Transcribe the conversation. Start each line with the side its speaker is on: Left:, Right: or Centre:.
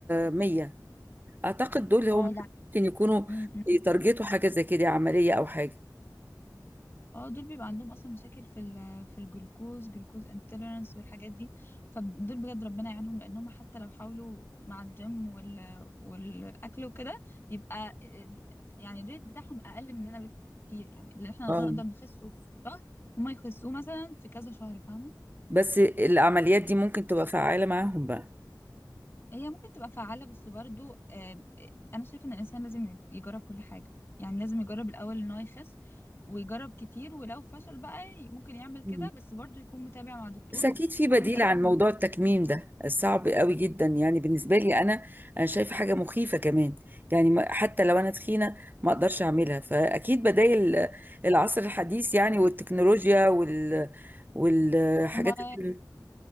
Right: 100 اعتقد دول هم
Left: اه
Right: ممكن
Left: لا
Right: يكونوا
Left: امم امم
Right: يتارجتوا حاجه زي كده عمليه او حاجه
Left: اه دول بيبقى عندهم اصلا مشاكل في ال في الجلوكوز جلوكوز انتوليرانس والحاجات دي فدول بجد ربنا يعينهم لانهم حتى لو حاولوا مع الجيم وال والاكل وكده بيبقى ال- يعني الريت بتاعهم اقل مننا بكتير يعني اللي احنا
Right: اه
Left: نقدر نخسه في شهر هما يخسوه مثلا في كذا شهر فاهمة
Right: بس العمليات دي ممكن تبقى فعالة معاهم بقى
Left: هي ممكن تبقى فعالة بس برضو آه، أنا شايفة إن الإنسان لازم يجرب كل حاجة يعني لازم يجرب الأول إن هو يخس ويجرب كتير ولو فشل بقى ي- ممكن يعمل
Right: مم.
Left: كده بس برضو يكون متابع مع دكتور
Right: بس اكيد في
Left: يكون
Right: بديل
Left: متأكد
Right: عن
Left: من الدكتور
Right: موضوع التكميم ده صعب قوي جدا يعني بالنسبه لي انا انا شايفه حاجه مخيفه كمان يعني ما- حتى لو انا تخينه ما اقدرش اعملها فاكيد بدائل العصر الحديث يعني والتكنولوجيا وال والحاجات
Left: هما
Right: ال-